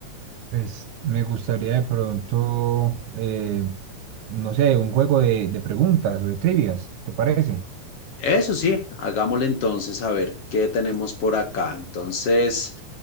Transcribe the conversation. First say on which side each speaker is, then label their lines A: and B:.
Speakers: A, on the right (about 80°); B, on the left (about 55°).
A: Pues me gustaría de pronto, eh, no sé, un juego de, de preguntas o de trivias, ¿te parece?
B: Eso sí, hagámosle entonces a ver qué tenemos por acá. Entonces,